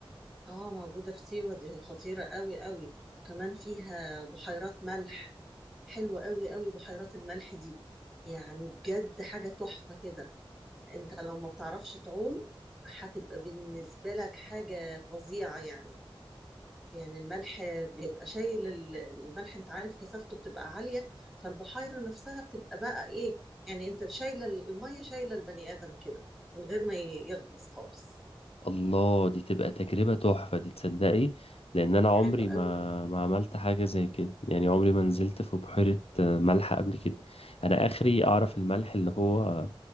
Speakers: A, in the centre; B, on the left.
A: اه موجودة في سيوة دي خطيرة قوي قوي كمان فيها بحيرات ملح حلوة قوي قوي بحيرات الملح دي يعني بجد حاجة تحفة كده انت لو ما بتعرفش تعوم هتبقى بالنسبة لك حاجة فظيعة يعني يعني الملح بيبقى شايل ال- الملح انت عارف كثافته بتبقى عالية فالبحيرة نفسها بتبقى بقى ايه يعني انت شايلة ال- المية شايلة البني آدم كده من غير ما ي- يغطس خالص
B: الله دي تبقى تجربة تحفة دي تصدقي لأن أنا عمري
A: حلوة قوي
B: ما ما عملت حاجة زي كده يعني عمري ما نزلت في بحيرة آه، ملح قبل كده أنا آخري أعرف الملح اللي هو